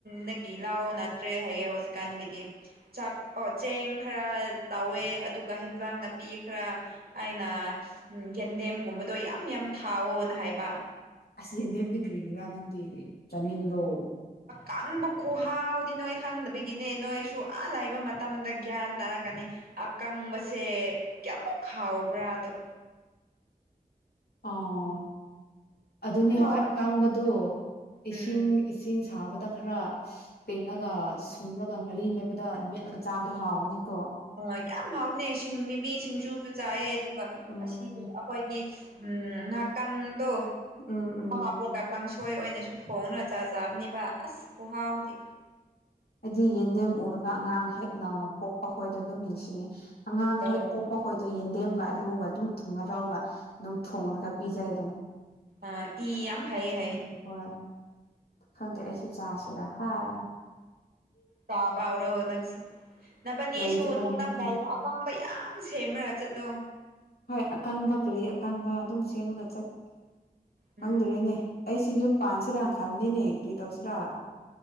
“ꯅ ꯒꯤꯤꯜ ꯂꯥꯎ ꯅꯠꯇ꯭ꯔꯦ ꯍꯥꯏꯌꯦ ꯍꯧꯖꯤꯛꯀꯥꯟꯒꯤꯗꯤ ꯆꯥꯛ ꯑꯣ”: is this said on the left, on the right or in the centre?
Right